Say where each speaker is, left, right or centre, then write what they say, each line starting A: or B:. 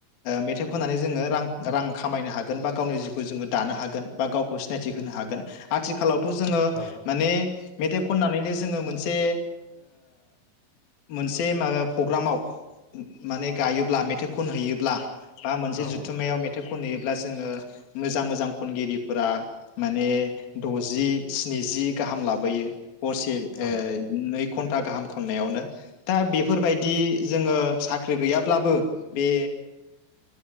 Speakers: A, on the left (about 50°); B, on the left (about 90°).
A: मेथाइ खननानै जोङो रां रां खामायनो हागोन बा गावनि जिउखौ जोङो दानो हागोन बा गावखौ सिनायथि होनो हागोन आथिखालाव जोङो
B: औ
A: माने मेथाइ खननानैनो जोङो मोनसे मोनसे माबा प्रग्रामाव माने गायोब्ला मेथाइ खनहैयोब्ला बा मोनसे
B: औ
A: जुथुमायाव मे मेथाइ खनहैयोब्ला जोङो मोजां मोजां खनगिरिफोरा माने द'जि स्निजि गाहाम लाबोयो। हरसे ओ
B: औ
A: <unintelligible> घन्टा गाहाम खननायावनो दा बेफोरबायदि जोङो साख्रि गैयाब्लाबो बे